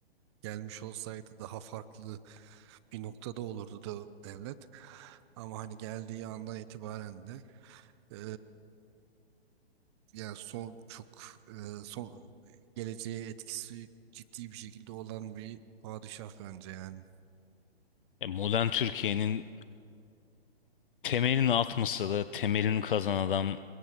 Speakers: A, on the right; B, on the left.
A: gelmiş olsaydı daha farklı bir noktada olurdu da devlet. Ama hani geldiği andan itibaren de eee, yani son çok eee, son geleceğe etkisi ciddi bir şekilde olan bir padişah bence yani.
B: ya modern Türkiye'nin temelini atmasa da temelini kazan adam